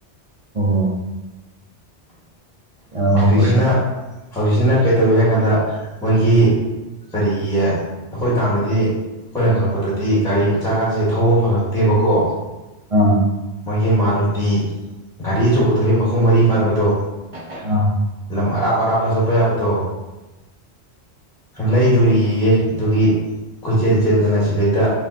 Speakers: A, on the right; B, in the centre.
A: ꯑꯣ ꯌꯥꯝꯅ
B: ꯍꯧꯐꯁꯤꯅ
A: ꯅꯨꯡꯁꯤ
B: ꯍꯧꯖꯤꯛꯁꯤꯅ ꯀꯩꯗꯧꯋꯏ ꯍꯥꯏ ꯀꯥꯟꯗ ꯃꯣꯏꯒꯤ ꯀꯔꯤꯒꯤꯌꯦ ꯑꯩꯈꯣꯏꯀꯥꯟꯗꯗꯤ ꯑꯩꯈꯣꯏꯅ ꯈꯪꯉꯛꯄꯗꯗꯤ ꯀꯔꯤ ꯆꯥꯛꯀꯥꯁꯦ ꯊꯧꯕ ꯐꯪꯉꯛꯇꯦꯕꯀꯣ
A: ꯑꯥ
B: ꯃꯣꯏꯒꯤ ꯃꯥꯔꯨꯇꯤ ꯒꯥꯔꯤ ꯑꯆꯧꯕꯗꯣ ꯍꯦ ꯃꯈꯣꯡ ꯃꯔꯤ ꯄꯥꯟꯕꯗꯣ꯫
A: ꯑ
B: ꯂꯝ ꯑꯔꯥꯞ ꯑꯔꯥꯞꯄ ꯆꯠꯄ ꯌꯥꯕꯗꯣ ꯂꯩꯗꯣꯔꯤꯌꯦ ꯑꯗꯨꯒꯤ ꯀꯣꯏꯆꯦꯟ ꯆꯦꯟꯗꯅ ꯁꯤꯗꯩꯗ